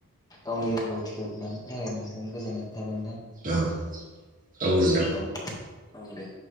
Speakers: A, on the left; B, on the right.
A: गावनि रोंगौथिखौ खोन्थानायनि थाखाय नोंथां गोजोननाय थाबाय नोंथां
B: औ औ नोंथां
A: औ औ दे